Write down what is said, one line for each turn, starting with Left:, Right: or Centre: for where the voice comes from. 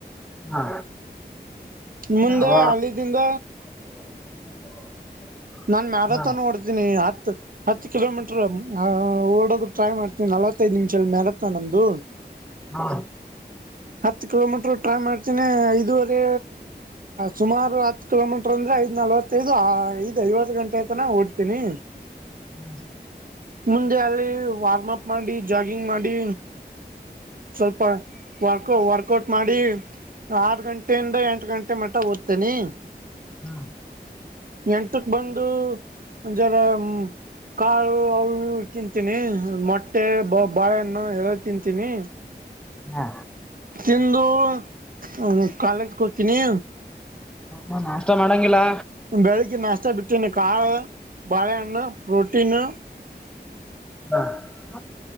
Centre: ಹಾ ಹಾ
Right: ಮುಂದ
Centre: ಅವ
Right: ಅಲ್ಲಿದಿಂದ
Centre: <inaudible>
Right: ನಾನ್ ಮ್ಯಾರಥನ್
Centre: ಹಾ
Right: ಓಡ್ತೀನಿ ಹತ್ ಹತ್ತು ಕಿಲೋಮೀಟರ್ ಓಡೋದು ಟ್ರೈ ಮಾಡ್ತೀನಿ ನಲವತ್ತೈದು ನಿಮಿಷ ಮ್ಯಾರಥಾನ್ ನಮ್ದು.
Centre: ಹ
Right: ಹತ್ತು ಕಿಲೋಮೀಟರ್ ಟ್ರೈ ಮಾಡ್ತೇನಿ ಐದುವರೆ ಸುಮಾರು ಹತ್ತು ಕಿಲೋಮೀಟರ್ ಅಂದ್ರೆ ಐದ್ ನಲ್ವತ್ತೈದು ಐದು ಐವತ್ತು ಗಂಟೆ ಆತನ ಓಡ್ತೀನಿ.
Centre: <unintelligible>
Right: ಮುಂದೆ ಅಲ್ಲಿ ವಾರ್ಮಪ್ ಮಾಡಿ ಜಾಗಿಂಗ್ ಮಾಡಿ ಸ್ವಲ್ಪ ವಾಕೋ ವರ್ಕ್ ಕೊಟ್ ಮಾಡಿ ಆರು ಗಂಟೆಯಿಂದ ಎಂಟು ಗಂಟೆ ಮಟ್ಟ ಓದ್ತೇನೆ.
Centre: ಹ್ಮ
Right: ಎಂಟಕ್ಕೆ ಬಂದು <unintelligible> ಕಾಳು ಅವು ಇವು ತಿಂತೀನಿ ಮೊಟ್ಟೆ ಬ ಬಾಳೆಹಣ್ಣ ಎಲ್ಲ ತಿಂತೀನಿ.
Centre: ಹಾ
Right: ತಿಂದು ಹ್ಮ ಕಾಲೇಜ ಕೊತನಿ.
Centre: <unintelligible> ನಾಷ್ಟ ಮಾಡಂಗಿಲ್ಲಾ?
Right: ಬೆಳಿಗ್ಗೆ ನಾಷ್ಟ ಬಿಟ್ಟನೆ ಕಾಳ ಬಾಳೆಹಣ್ಣು ಪ್ರೋಟೀನ್
Centre: ಹಾ